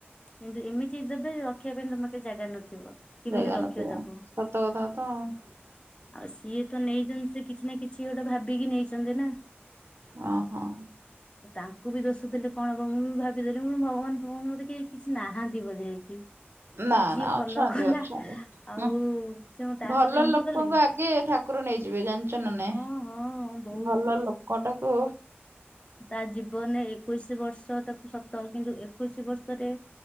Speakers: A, on the left; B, on the right.
A: କିନ୍ତୁ ଏମିତି ଦେବେ ରଖିବା ପାଇଁ ତମ ପାଖରେ ଜାଗା ନଥିବ। କେମିତି
B: ଜାଗା
A: ରଖିବ
B: ନଥିବ
A: ତାକୁ।
B: ସତ କଥା ତ ଆଉ।
A: ଆଉ ସିଏ ତ ନେଇଛନ୍ତି ସେ କିଛି ନା କିଛି ଗୋଟେ ଭାବିକି ନେଇଛନ୍ତି ନା?
B: ହଁ ହଁ।
A: ତାଙ୍କୁ ବି ଦୋଷ ଦେଲେ କଣ ହବ ମୁଁ ବି ଭାବିଦେଲି ମୁଁ ଭଗବାନ ଭଗବାନ ମତେ କେହି କିଛି ନାହାନ୍ତି ବୋଧେ ଏଇଠି।
B: ନା
A: ଯିଏ
B: ନା
A: ଭଲ
B: ଅଛନ୍ତି
A: ଗଲା
B: ଅଛନ୍ତି।
A: ଆଉ
B: ହୁଁ,
A: ସେ ମୁଁ ତା
B: ଭଲ
A: ସହିତ ଏମିତି
B: ଲୋକଙ୍କୁ
A: କଲେ?
B: ଆଗେ ଠାକୁର ନେଇଯିବେ ଜାଣିଛ ନା ନାଇଁ
A: ହଁ ହଁ ହଁ ବହୁତ
B: ଭଲ
A: ବହୁତ
B: ଲୋକ ଟାକୁ
A: ତା ଜୀବନରେ ଏକୋଇଶି ବର୍ଷ ତାକୁ ସତ କିନ୍ତୁ ଏକୋଇଶି ବର୍ଷରେ